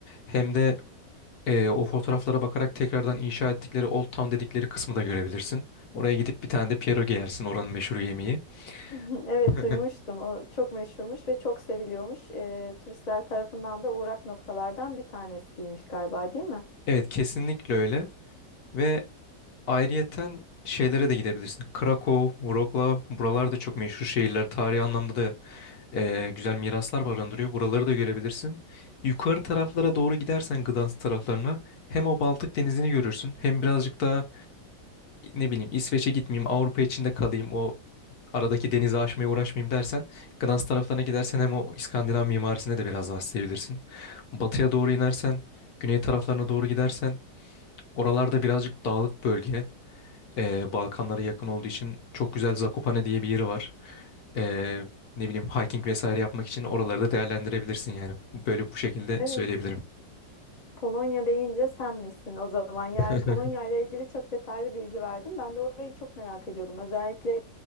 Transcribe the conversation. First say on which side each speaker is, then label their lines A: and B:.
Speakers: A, on the left; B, on the left.
A: Hem de e, o fotoğraflara bakarak tekrardan inşa ettikleri Old Town dedikleri kısmı da görebilirsin. Oraya gidip bir tane de pierogi yersin oranın meşhur yemeği.
B: <laughs> Evet
A: <laughs>
B: duymuştum. O çok meşhurmuş ve çok seviliyormuş. Ee, turistler tarafından da uğrak noktalardan bir tanesiymiş galiba, değil mi?
A: Evet kesinlikle öyle. Ve Ayrıyeten şeylere de gidebilirsin. Krakow, Wrocław buralar da çok meşhur şehirler. Tarihi anlamda da eee, güzel miraslar barındırıyor. Buraları da görebilirsin. Yukarı taraflara doğru gidersen Gdansk taraflarına hem o Baltık denizini görürsün hem birazcık daha ne bileyim İsveç'e gitmeyeyim Avrupa içinde kalayım o aradaki denizi aşmaya uğraşmayayım dersen Gdansk taraflarına gidersen hem o İskandinav mimarisine de biraz daha sevebilirsin. Batıya doğru inersen güney taraflarına doğru gidersen oralarda birazcık dağlık bölge ee, Balkanlara yakın olduğu için çok güzel Zakopane diye bir yeri var. Ee, ne bileyim hiking vesaire yapmak için oraları da değerlendirebilirsin yani. Böyle bu şekilde
B: Evet.
A: söyleyebilirim.
B: Polonya deyince sen misin o zaman? Yani
A: <laughs>
B: Polonya ile ilgili çok detaylı bilgi verdim. Ben de orayı çok merak ediyordum. Özellikle